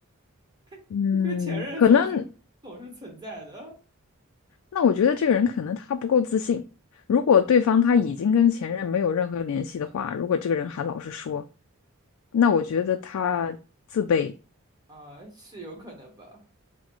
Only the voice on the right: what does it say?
<laughs>
因为前任总是总是存在的
啊，是有可能吧？